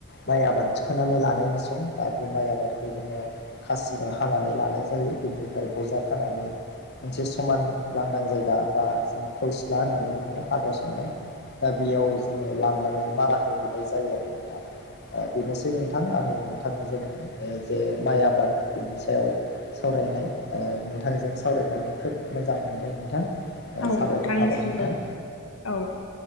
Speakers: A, on the left; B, on the left.
A: माइ आबाद थिखांनानै लानायनि सम दा बे माइ आबादखौ जोङो खासिजों हानानै लानाय जायो बेनिफ्राय बजा खानानै मोनसे समान लांदां जायगा बा जों खल सिला होननानै बुङो हाग्रा सन्नाय। दा बेयाव जोङो लांनानै मारा होहैनाय जायो आरो नोंथां। ओ बेनोसै नोंथां आंनि नोंथांजों जे माइ आबाद बिनि सायाव सावरायनाय ओ नोंथांजों सावरायनानै खोब मोजां मोनदों नोंथां।
B: औ नोंथांनिसिमबो
A: साबायखर थाबाय नोंथां।
B: औ दे।